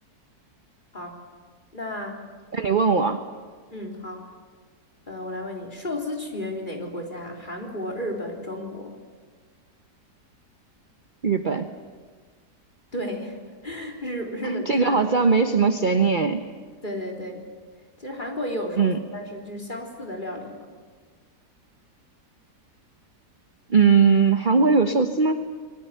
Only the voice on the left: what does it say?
好，那
嗯好，呃，我来问你，寿司起源于哪个国家？韩国、日本、中国？
对，<laughs> 日日本的传统。
对对对，其实韩国也有寿司，
但是就是相似的料理嘛。